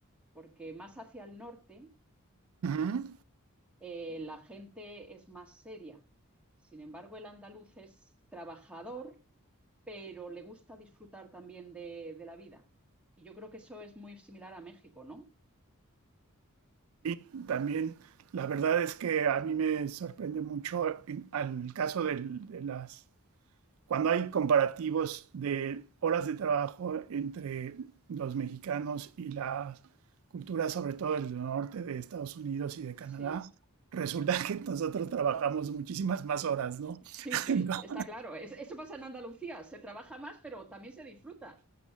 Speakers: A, in the centre; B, on the right.
A: porque más hacia el norte
B: ujú.
A: eh, la gente es más seria. Sin embargo, el andaluz es trabajador, pero le gusta disfrutar también de, de la vida. Y yo creo que eso es muy similar a México, ¿no?
B: Y también la verdad es que a mí me sorprende mucho en- al caso del- de las cuando hay comparativos de horas de trabajo entre los mexicanos y las culturas, sobre todo del norte de Estados Unidos y de
A: Sí.
B: Canadá, resulta que nosotros trabajamos muchísimas más horas, ¿no?
A: Sí,
B: <laughs>
A: sí,
B: Ento-
A: está claro. Es- eso pasa en Andalucía. Se trabaja más, pero también se disfruta.